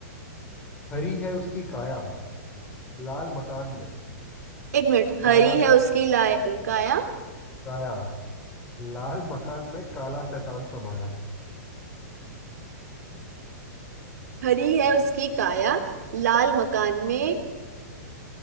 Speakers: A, on the left; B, on the right.
A: हरी है उसकी काया लाल मकान में
B: एक मिनट हरी
A: काला
B: है उसकी लाय काया
A: काया लाल मकान में काला शैतान समाया
B: हरी है उसकी काया लाल मकान में